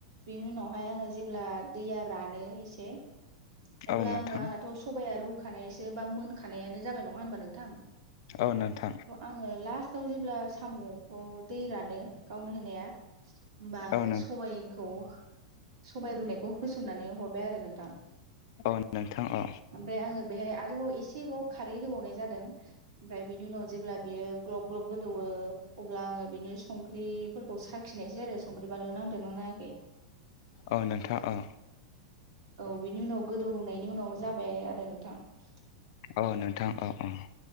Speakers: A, on the right (about 55°); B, on the left (about 50°).
A: बेनि उनावहाय आङो जेब्ला दैया रानो एसे
B: औ
A: अब्ला
B: नोंथां औ नोंथां
A: आङो आंनाथ' सबाया रुखानायसो बा मोनखानायानो जाबाय नङा होनबा नोंथां
B: औ नोंथां
A: आङो लास आव जेब्ला साम'खौ दै रानो गावनो होनाया होमबा आङो
B: औ
A: सबाइखौ सबाइ रुनायखौ होसननानै हरबाय आरो नोंथां
B: औ नोंथां औ।
A: ओमफ्राय आङो बेहाय आरोबाव एसेबाव खारै होबावनाय जादों आमफ्राय बिनि उनाव जेब्ला बियो ग्लब ग्लब गोदौओ अब्ला आङो बिनि सं संख्रिफोरखौ साखिनायसै आरो संख्रि बानलु नांदोंनाङाखै
B: औ नोंथां औ।
A: औ बिनि उनाव गोदौनायनि उनाव जाबाय आरो नोंथां ।
B: औ नोंथां औ औ ।